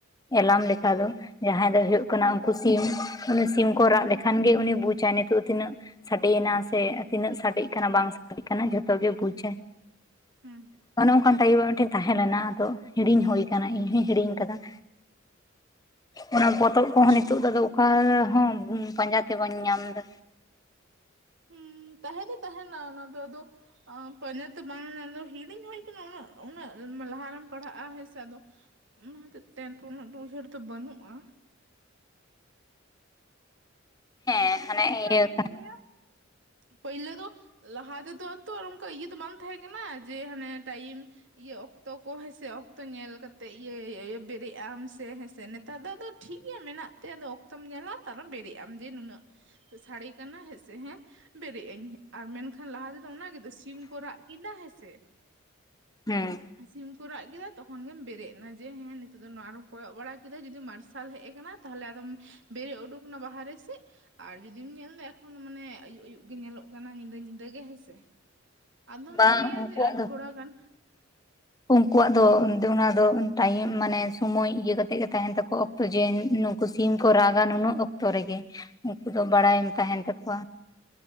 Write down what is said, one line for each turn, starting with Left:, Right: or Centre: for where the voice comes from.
Left: ᱮᱞᱟᱢ ᱞᱮᱠᱟ ᱫᱚ ᱡᱟᱦᱟᱸᱭ ᱫᱚ ᱦᱩᱭᱩᱜ ᱠᱟᱱᱟ
Right: ᱦᱩᱸ
Left: ᱩᱱᱠᱩ ᱥᱤᱢ ᱩᱱᱤ ᱥᱤᱢ ᱠᱚ ᱨᱟᱜ
Right: ᱦᱩᱸ
Left: ᱞᱮᱠ ᱮᱱ ᱠᱷᱟᱱᱜ ᱜᱮ ᱩᱱᱤ ᱵᱩᱡᱟᱭ ᱱᱤᱛᱚᱜ ᱛᱤᱱᱟᱹᱜ ᱥᱟᱰᱮᱭᱮᱱᱟ ᱥᱮ ᱛᱤᱱᱟᱹᱜ ᱥᱟᱰᱮᱜ ᱠᱟᱱᱟ ᱵᱟᱝ ᱥᱟᱰᱮᱜ ᱠᱟᱱᱟ ᱡᱷᱚᱛᱚ ᱜᱮ ᱵᱩᱡᱟᱭ
Right: ᱦᱩᱸ
Left: ᱚᱱᱮ ᱚᱱᱠᱟᱱ ᱴᱟᱭᱤᱯ ᱨᱮᱱᱟᱜ ᱢᱤᱫ ᱴᱮᱱ ᱛᱟᱦᱮᱸ ᱞᱮᱱᱟ ᱟᱫᱚ ᱦᱤᱲᱤᱧ ᱦᱳᱭ ᱟᱠᱟᱱᱟ ᱤᱧ ᱦᱚᱧ ᱦᱤᱲᱤᱧ ᱟᱠᱟᱫᱟ <inaudible> ᱚᱱᱟ ᱯᱚᱛᱚᱵ
Right: ᱟᱪᱪᱷᱟ
Left: ᱠᱚ ᱦᱚᱸ ᱱᱤᱛᱳᱜ ᱫᱚ ᱚᱠᱟ ᱦᱚᱸ ᱯᱟᱸᱡᱟ ᱛᱮ ᱵᱟᱹᱧ ᱧᱟᱢᱫᱟ
Right: ᱦᱩᱸ ᱛᱟᱦᱮᱸ ᱫᱚ ᱛᱟᱦᱮᱸᱱᱟ ᱚᱱᱟ ᱫᱚ ᱟᱫᱚ ᱯᱟᱹᱧᱡᱟ ᱛᱮ ᱵᱟᱝ ᱧᱟᱢᱟᱜᱼᱟ ᱦᱤᱲᱤᱧ ᱦᱩᱭ ᱩᱱᱹᱟᱜ ᱩᱱᱟᱹᱜ ᱞᱟᱦᱟᱸ ᱨᱮᱢ ᱯᱟᱲᱦᱟᱜᱼᱟ ᱦᱮᱸ ᱥᱮ ᱟᱫᱚ ᱚᱱᱟ ᱦᱚᱛᱮᱡ ᱛᱮ ᱩᱱᱟᱹᱜ ᱫᱚ ᱩᱭᱦᱟᱹᱨ ᱫᱚ ᱵᱟᱹᱱᱩᱜᱼᱟ
Left: ᱦᱮᱸ ᱦᱟᱱᱮ
Right: ᱢᱮᱱᱠᱷᱟᱱ
Left: ᱤᱭᱟᱹ
Right: ᱤᱧ ᱫᱩᱧ ᱞᱟᱹᱭ-ᱟ ᱯᱟᱭᱞᱟᱹ ᱫᱚ ᱞᱟᱦᱟ ᱛᱮᱫᱚ ᱛᱚ ᱚᱱᱠᱟ ᱤᱭᱟᱹ ᱫᱚ ᱵᱟᱝ ᱛᱟᱦᱮᱸ ᱠᱟᱱᱟ ᱡᱮ ᱦᱟᱱᱮ ᱴᱟᱭᱤᱢ ᱤᱭᱟᱹ ᱚᱠᱛᱚ ᱠᱚ ᱦᱮᱸᱥᱮ ᱚᱠᱛᱚ ᱧᱮᱞ ᱠᱟᱛᱮᱫ ᱤᱭᱟᱹ ᱵᱮᱨᱮᱜ ᱟᱢ ᱥᱮ ᱦᱮᱸᱥᱮ ᱱᱮᱛᱟᱨ ᱫᱚ ᱫᱚ ᱴᱷᱤᱠ ᱜᱮᱭᱟ ᱢᱮᱱᱟᱜ ᱛᱮ ᱟᱫᱚ ᱚᱠᱛᱚᱢ ᱧᱮᱞᱟ ᱛᱟᱨᱮ ᱵᱮᱨᱮᱜ ᱟᱢ ᱡᱮ ᱱᱩᱱᱟᱹᱜ ᱥᱟᱹᱲᱤ ᱠᱟᱱᱟ ᱦᱮᱸ ᱥᱮ ᱦᱮᱸ ᱵᱮᱨᱮᱫ ᱟᱹᱧ ᱟᱨ ᱢᱮᱱᱠᱷᱟᱱ ᱞᱟᱦᱟ ᱛᱮᱫᱚ ᱚᱱᱟᱜᱮᱛᱚ ᱥᱤᱢ ᱠᱚ ᱨᱟᱜ ᱠᱮᱫᱟ ᱦᱮᱸᱥᱮ
Left: ᱦᱮᱸ
Right: ᱥᱤᱢ ᱠᱚ ᱨᱟᱜ ᱠᱮᱫᱟ ᱛᱚᱠᱷᱚᱱ ᱜᱮᱢ ᱵᱮᱨᱮᱫ ᱥᱤᱢ ᱠᱚ ᱨᱟᱜ ᱠᱮᱫᱟ ᱛᱚᱠᱷᱚᱱ ᱜᱮᱢ ᱵᱮᱨᱮᱫ ᱱᱟ ᱡᱮ ᱦᱮᱸ ᱱᱤᱛᱚᱜ ᱫᱚ ᱱᱚᱣᱟ ᱨᱮᱢ ᱠᱚᱭᱚᱜ ᱵᱟᱲᱟ ᱠᱮᱫᱟ ᱡᱩᱫᱤ ᱢᱟᱨᱥᱟᱞ ᱦᱮᱡ ᱟᱠᱟᱱᱟ ᱛᱟᱦᱚᱞᱮ ᱟᱫᱚᱢ ᱵᱮᱨᱮᱫ ᱩᱰᱩᱠᱱᱟ ᱵᱟᱦᱨᱮ ᱥᱮᱪ ᱟᱨ ᱡᱩᱫᱤᱢ ᱧᱮᱞ ᱮᱫᱟ ᱮᱠᱷᱚᱱ ᱢᱟᱱᱮ ᱟᱹᱭᱩᱵ ᱟᱭᱭᱩᱵ ᱜᱮ ᱧᱮᱞᱚᱜ ᱠᱟᱱᱟ ᱧᱤᱫᱟᱹ ᱧᱤᱫᱟᱹ ᱜᱮ ᱦᱮᱸᱥᱮ ᱟᱫᱚᱢ
Left: ᱵᱟᱝ
Right: ᱞᱟᱹᱭᱟ
Left: ᱩᱱᱠᱩᱣᱟᱜ
Right: ᱡᱮ ᱟᱨ
Left: ᱫᱚ
Right: ᱛᱷᱚᱲᱟ ᱜᱟᱱ
Left: ᱩᱱᱠᱩᱣᱟᱜ ᱫᱚ ᱚᱱᱟ ᱫᱚ ᱴᱟᱭᱤᱢ ᱢᱟᱱᱮ ᱥᱚᱢᱚᱭ ᱤᱭᱟᱹ ᱠᱟᱛᱮᱫ ᱜᱮ ᱛᱟᱸᱦᱮᱱ ᱛᱟᱠᱚ ᱚᱠ ᱚ ᱡᱮ ᱱᱩᱠᱩ ᱥᱤᱢ ᱠᱚ ᱨᱟᱜᱟ ᱱᱩᱱᱟᱹᱜ ᱚᱠᱛᱚ ᱨᱮᱜᱮ ᱩᱱᱠᱩ ᱫᱚ ᱵᱟᱲᱟᱭ ᱛᱟᱸᱦᱮᱱ ᱛᱟᱠᱚᱣᱟ